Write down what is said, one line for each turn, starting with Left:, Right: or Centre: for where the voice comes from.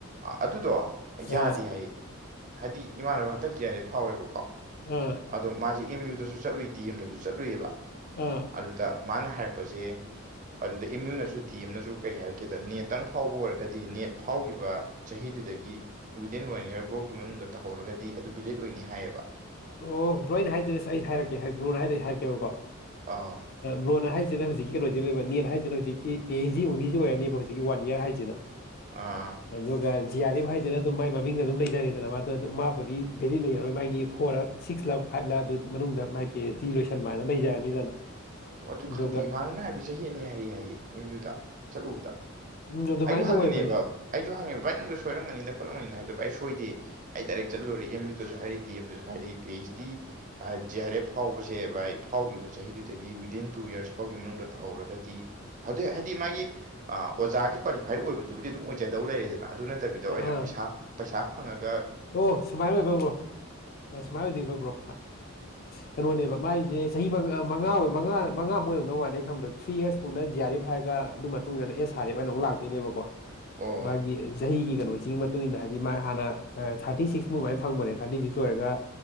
Right: ꯑꯗꯨꯗꯣ
Left: ꯑꯥ
Right: ꯌꯥꯗꯦ ꯍꯥꯏ ꯍꯥꯏꯗꯤ ꯏꯃꯥꯟꯅꯕ ꯍꯟꯇꯛ ꯖꯤ ꯑꯔ ꯑꯐ ꯐꯥꯎꯋꯦꯕꯀꯣ
Left: ꯑꯥ
Right: ꯑꯗꯣ ꯃꯥꯁꯦ ꯑꯦꯝ ꯌꯨꯗꯁꯨ ꯆꯠꯂꯨꯏ ꯗꯤ ꯑꯦꯝꯗꯁꯨ ꯆꯠꯂꯨꯏꯑꯕ
Left: ꯑꯥ
Right: ꯑꯗꯨꯗ ꯃꯥꯅ ꯍꯥꯏꯔꯛꯄꯁꯦ ꯑꯗꯨꯗ ꯏꯝꯌꯨꯅꯁꯨ ꯗꯤ ꯑꯦꯝꯅꯁꯨ ꯀꯩ ꯍꯥꯏꯔ ꯀꯦꯗ ꯅꯦꯠꯇꯪ ꯐꯥꯎꯕ ꯑꯣꯏꯔꯒꯗꯤ ꯅꯦꯠ ꯐꯥꯎꯈꯤꯕ ꯆꯍꯤꯗꯨꯗꯒꯤ ꯋꯤꯗꯤꯟ ꯋꯥꯟ ꯏꯌꯔ ꯐꯥꯎꯒꯤ ꯃꯅꯨꯡꯗ ꯇꯧꯍꯧꯔꯒꯗꯤ ꯑꯗꯨ ꯚꯤꯂꯤꯠ ꯑꯣꯏꯅꯤ ꯍꯥꯏꯌꯦꯕ
Left: ꯑꯣ ꯕ꯭ꯔꯣ ꯑꯩ ꯍꯥꯏꯖꯦꯅ ꯑꯩ ꯍꯥꯏꯔꯛꯀꯦ ꯕ꯭ꯔꯣꯅ ꯍꯥꯏꯗ ꯑꯩ ꯍꯥꯏꯔꯛꯀꯦꯕꯀꯣ
Right: ꯑꯥ
Left: ꯕ꯭ꯔꯣꯅ ꯍꯥꯏꯁꯤꯅ ꯍꯧꯖꯤꯛꯀꯤ ꯀꯩꯅꯣꯁꯤ ꯅꯦꯇ ꯍꯥꯏꯁꯤꯅ ꯍꯧꯖꯤꯛꯀꯤ ꯄꯤ ꯑꯩꯆ ꯗꯤ ꯑꯣꯡꯂꯤꯁꯤ ꯑꯣꯏꯔꯅꯦꯕ ꯍꯧꯖꯤꯛꯀꯤ ꯋꯥꯟ ꯏꯌꯥꯔ ꯍꯥꯏꯁꯤꯅ
Right: ꯑꯥ
Left: ꯑꯗꯨꯒ ꯖꯤ ꯑꯥꯔ ꯑꯥꯐ ꯍꯥꯏꯁꯤꯅ ꯑꯗꯨꯝ ꯃꯒꯤ ꯃꯃꯤꯡꯗ ꯑꯗꯨꯝ ꯂꯩꯖꯔꯦꯗꯅ ꯃꯥꯗ ꯑꯗ ꯃꯥꯕꯨꯗꯤ ꯚꯦꯂꯤꯠ ꯂꯩꯔꯔꯣꯏ ꯃꯥꯒꯤ ꯐꯣꯔꯗ ꯁꯤꯛꯁ ꯂꯥ ꯐꯥꯏꯚ ꯂꯥ ꯑꯗꯨ ꯃꯅꯨꯡꯗ ꯃꯥꯏ ꯄꯤ ꯑꯩꯆ ꯗꯤ ꯂꯣꯏꯁꯟꯕꯅ ꯂꯩꯖꯔꯅꯤꯗꯅ
Right: ꯑꯣ ꯑꯗꯨ
Left: ꯑꯗꯨꯒ
Right: ꯈꯪꯗꯦ ꯏꯨꯃꯟꯅꯕ ꯍꯥꯏꯕꯗ ꯆꯍꯤ ꯑꯅꯤ ꯍꯥꯏꯔꯛ ꯍꯥꯏꯌꯦ ꯑꯦꯝ ꯌꯨꯗ ꯆꯠꯂꯨꯕꯗ
Left: ꯎꯝ ꯑꯗꯨꯃꯥꯏꯅꯗꯤ
Right: ꯑꯩꯁꯨ ꯍꯪꯉꯤꯅꯦꯕ
Left: ꯑꯣꯏꯕꯅꯦ
Right: ꯑꯩꯁꯨ ꯍꯪꯉꯤꯕ ꯚꯥꯏ ꯅꯪꯗꯣ ꯁꯣꯏꯔꯝꯒꯅꯤꯗ ꯚꯥꯏ ꯑꯩ ꯁꯣꯏꯗꯦ ꯑꯩ ꯗꯥꯏꯔꯦꯛ ꯆꯠꯂꯨꯔꯦ ꯑꯦꯝ ꯌꯨꯗꯁꯨ ꯍꯥꯏꯔꯛꯏ ꯗꯤ ꯑꯦꯝꯗꯁꯨ ꯍꯥꯏꯔꯛꯑꯦ P H D J R F ꯐꯥꯎꯕꯁꯦ ꯚꯥꯏ ꯐꯥꯎꯈꯤꯕ ꯆꯍꯤꯗꯨꯗꯒꯤ ꯋꯤꯗꯤꯟ ꯇꯨ ꯏꯌꯥꯔꯁ ꯐꯥꯎꯒꯤ ꯃꯅꯨꯡꯗ ꯇꯧꯍꯧꯔꯒꯗꯤ ꯑꯗꯨ ꯍꯥꯏꯗꯤ ꯃꯥꯒꯤ ꯑꯥ ꯑꯣꯖꯥꯒꯤ ꯀ꯭ꯋꯥꯂꯤꯐꯥꯏꯠ ꯑꯣꯏꯕꯗꯨꯗꯤ ꯑꯗꯨꯝ ꯑꯣꯏꯖꯗꯧ ꯂꯩꯔꯦꯗꯅ ꯑꯗꯨ ꯅꯠꯇꯕꯤꯗ ꯑꯣꯏꯅ
Left: ꯑꯥ ꯑꯥ
Right: ꯄꯩꯁꯥ ꯄꯩꯁꯥ ꯐꯪꯉ
Left: ꯑꯣ ꯁꯨꯃꯥꯏꯅ ꯑꯣꯏꯕ ꯕ꯭ꯔꯣ ꯁꯨꯃꯥꯏꯅ ꯑꯣꯏꯗꯣꯏꯕ ꯕ꯭ꯔꯣ ꯀꯩꯅꯣꯅꯦꯕ ꯃꯥꯏꯁꯦ ꯆꯍꯤ ꯃꯉꯥ ꯃꯉꯥ ꯃꯨꯛ ꯑꯣꯏꯔꯝꯗꯧ ꯃꯥꯜꯂꯦ ꯑꯩꯅ ꯈꯟꯕꯗ ꯊ꯭ꯔꯤ ꯏꯌꯔꯥꯁ ꯐꯥꯎꯅ ꯖꯤ ꯑꯥꯔ ꯑꯦꯐ ꯍꯥꯏꯔꯒ ꯑꯗꯨ ꯃꯇꯨꯡꯗꯟꯅ ꯑꯦꯁ ꯑꯥꯔ ꯑꯦꯄ ꯑꯅ ꯑꯃꯨ ꯂꯥꯛꯇꯣꯏꯅꯦꯕꯀꯣ
Right: ꯑꯣ
Left: ꯃꯥꯒꯤ ꯆꯍꯤꯒꯤ ꯀꯩꯅꯣꯁꯤꯒꯤ ꯃꯇꯨꯡꯏꯟꯅ ꯍꯥꯏꯗꯤ ꯃꯥ ꯍꯥꯟꯅ ꯊꯥꯔꯇꯤ ꯁꯤꯛꯁ ꯃꯨꯛ ꯑꯗꯨꯃꯥꯏꯅ ꯐꯪꯕꯅꯦ ꯊꯥꯔꯇꯤ ꯁꯤꯛꯁ ꯂꯣꯏꯔꯒ